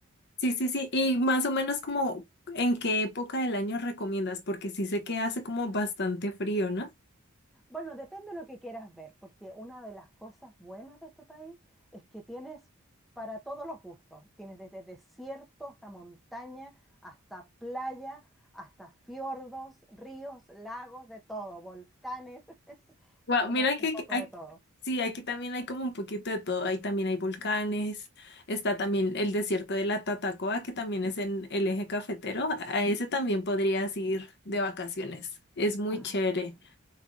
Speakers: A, on the left; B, in the centre.
A: Sí, sí, sí, y más o menos como en qué época del año recomiendas, porque sí sé que hace como bastante frío, ¿no?
B: Bueno, depende de lo que quieras ver, porque una de las cosas buenas de este país es que tienes para todos los gustos. Tienes desde desierto hasta montaña, hasta playa, hasta fiordos, ríos, lagos, de todo, volcanes. <laughs>
A: Wow,
B: Es como
A: mira
B: un
A: que aquí-
B: poco
A: aquí-
B: de todo.
A: sí, aquí también hay como un poquito de todo. Ahí también hay volcanes. Está también el desierto de la Tatacoa, que también es en el eje cafetero. A ese también podrías ir de vacaciones. Es muy
B: Ay,
A: chévere.
B: qué bueno.